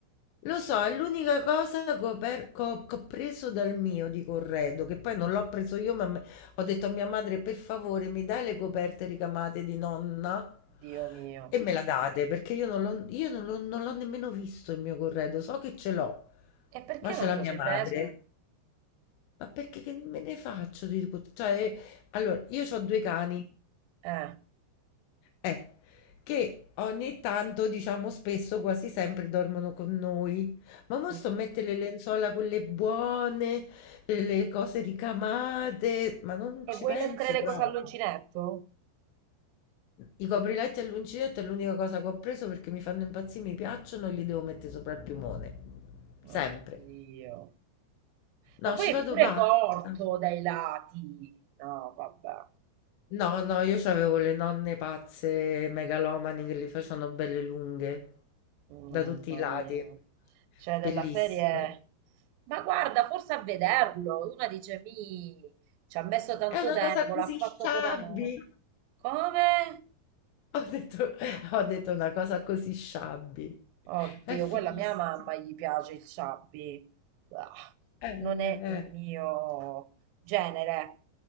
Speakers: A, on the left; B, on the right.
A: Lo so, è l'unica cosa che ho, per- che ho- che ho preso dal mio di corredo, che poi non l'ho preso io, ma me- ho detto a mia madre, per favore, mi dai le coperte ricamate di nonna?
B: Dio mio.
A: E me la date, perché io non l'ho io non l'ho- non l'ho nemmeno visto il mio corredo, so che ce l'ho,
B: E perché
A: ma ce
B: non
A: l'ha
B: te
A: mia
B: lo sei
A: madre.
B: preso?
A: Ma perché che me ne faccio di... Cioè, allora, io ho due cani,
B: Eh.
A: eh, che ogni tanto, diciamo spesso, quasi sempre dormono con noi. Ma mo
B: mm.
A: sto a mettere le lenzuola quelle buone, le le cose ricamate, ma non
B: E
A: ci
B: vuoi
A: penso
B: mettere le
A: proprio.
B: cose all'uncinetto?
A: I copriletti all'uncinetto è l'unica cosa che ho preso perché mi fanno impazzire, mi piacciono e li devo mettere sopra il piumone. Sempre.
B: Oddio. Ma
A: No,
B: poi
A: ci
B: è
A: vado
B: pure
A: pazza.
B: corto dai lati. No, vabbè.
A: No, no, io c'avevo le nonne pazze, megalomani, che le facevano belle lunghe, da
B: Mamma
A: tutti i lati.
B: mia. Cioè, della
A: Bellissime.
B: serie... Ma guarda, forse a vederlo. Una dice, mi... Ci ha messo tanto
A: È una
B: tempo,
A: cosa così
B: l'ha fatto
A: sciabbi.
B: con amore. Come?
A: Ho detto, ho detto una cosa così sciabbi.
B: Oddio,
A: È fighissimo.
B: quella a mia mamma gli piace il sabbi. Ah,
A: Eh, eh,
B: non è il
A: eh.
B: mio genere.